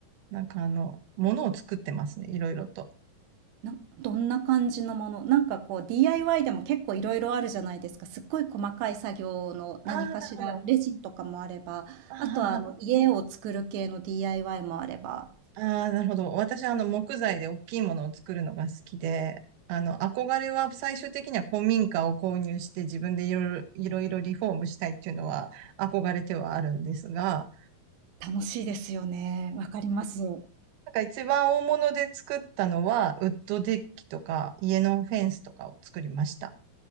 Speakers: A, on the right; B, on the right.
A: なんかあの、物を作ってますね、いろいろと。
B: な、どんな感じのものなんかこう DIY でも結構いろいろあるじゃないですか。すっごい細かい作業の何かしら、
A: ああ、なるほど。
B: レジンとかもあれば、
A: あーはは
B: あとはあの家を作る系の DIY もあれば、
A: あー、なるほど。私はあの、木材で大きいものを作るのが好きで、あの、憧れは最終的には古民家を購入して自分でいろいろ、いろいろリフォームしたいっていうのは憧れてはあるんですが、
B: 楽しいですよね。わかります。
A: なんか一番大物で作ったのは、ウッドデッキとか、家のフェンスとかを作りました。